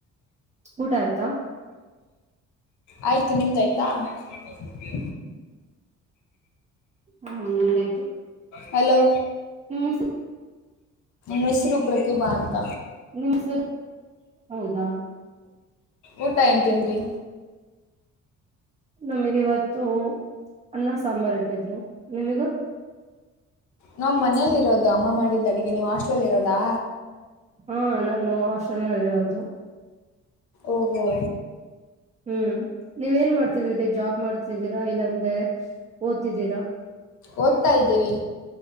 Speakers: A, on the right (about 25°); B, on the left (about 70°).
A: ಊಟ ಆಯ್ತಾ
B: ಆಯ್ತು ನಿಮ್ದಾಯ್ತಾ ಟ್ಟ <unintelligible>
A: ಹ್ಮ ಹಾ ನಂದಾಯ್ತು
B: ಹಲೋ
A: ನಿಮ
B: ಮಿಸ್ರ ಪ್ರತಿ ಬಾಧಕ
A: ನಿಮ್ಮ ಸ ಹೌದಾ
B: ಊಟ ಏಂತೀನ್ರಿ
A: ನಮಗ್ ಇವತ್ತು ಅನ್ನ ಸಾಂಬಾರ್ ಇಟ್ಟಿದ್ರು ನಿಮಗ
B: ನಾ ಮನಲಿ ಇರೋದು ಅಮ್ಮ ಮಾಡಿದ್ದ ಅಡಿಗೆ ನೀವು ಹಾಸ್ಟಲ್ಲಿ ಇರೋದಾ
A: ಹಾ ನಾನು ಆಷ ಇದು
B: ಓಹೋ
A: ಹ್ಮ್ ನೀವ ಏನ್ ಮಾಡ್ತಿದೀರಿ ಜಾಬ್ ಮಾಡ್ತಿದ್ದೀರಾ ಇಲ್ಲಾಂದ ಓದ್ತಿದ್ದೀರಾ
B: ಓದ್ತಾ ಇದ್ದೀವಿ